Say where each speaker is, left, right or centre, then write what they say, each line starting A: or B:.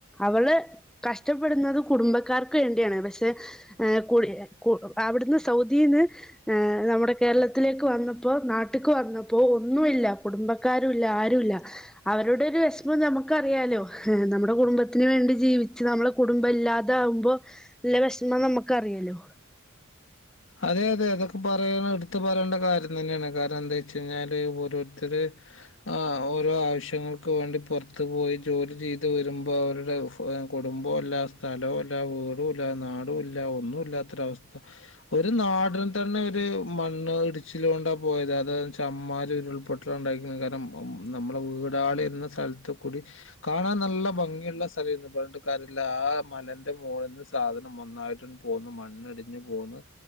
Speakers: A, in the centre; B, on the left.
A: അവള് കഷ്ടപ്പെടുന്നത് കുടുംബക്കാർക്ക് വേണ്ടിയാണ്, പക്ഷേ ഏ കു, കു അവിടുന്ന് സൗദിന്ന് ഏ, നമ്മുടെ കേരളത്തിലേക്ക് വന്നപ്പോ നാട്ടക്ക് വന്നപ്പോ ഒന്നുമല്ല, കുടുംബക്കാരുല്ല ആരുല്ല അവരുടെ ഒരു വെഷമം നമ്മുക്കറിയാല്ലോ നമ്മുടെ കുടുംബ കുടുംബത്തിന് വേണ്ടി ജീവിച്ചു നമ്മള കുടുംബല്ലാതാവുമ്പോള്ള വെഷമം നമുക്ക്റിയല്ലോ
B: അതെയതെ അതൊക്കെ പറയാണെ എടുത്ത് പറയണ്ട കാര്യം തന്നെയാണ് കാരണം എന്താച്ചഴിഞ്ഞാല് ഓരോരുത്തര് ആ ഓരോ ആവശ്യങ്ങൾക്ക് വേണ്ടി പൊറത്തു പോയി ജോലി ചെയ്ത് വരുമ്പോവരുടെ കുടുംബോല്ലാ ആസ്ഥലോല്ല വീടുല്ലാ നാടുല്ല ഒന്നും ഇല്ലാത്തൊരവസ് ഒരു നാടിനെതെന്നെ ഒരു മണ്ണ് ഇടിച്ചില് കൊണ്ടാ പോയത് അത് ചമ്മറി ഒരുൾപൊട്ടല ഇണ്ടായിക്ക്ണ് കാരണം നമ്മള്, നമ്മളെ വീടാള് ഇരുന്ന സ്ഥലത്തുകൂടി. കാണാൻ നല്ല ഭംഗിയുള്ള സ്ഥലെയിരുന്നു പറഞ്ഞിട്ട്കാര്യമില്ല ആ മലന്റെ മുമോളിന്ന് നിന്ന് സാധനം ഒന്നായിട്ടൊന്ന് പോകുന്ന മണ്ണിടിഞ്ഞഞ് പോണ്,